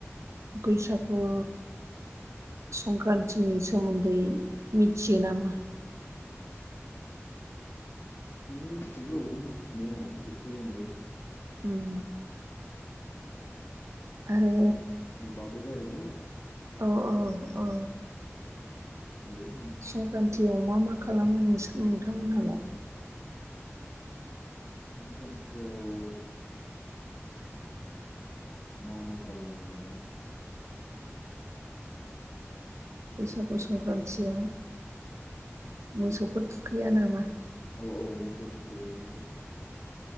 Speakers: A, on the right; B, on the left.
A: बैसागु संक्रान्तिनि सोमोन्दै मिथियो नामा
B: मिथिगौ मिनथिनाया एसे एनै
A: उम आरो
B: संख्रानतिनि बागै रायलायनो
A: औ औ औ
B: बे
A: संक्रान्तियाव मा मा खालामो नोंसोर नोंथांमोनहालाय
B: संख्रान्तियाव म मा खालाम खालामो मोनलाय
A: बैसागु संक्रान्तियाव मोसौफोर थुखैया नामा
B: औ औ मोसौ थुखैयो मोसौ थुखैयो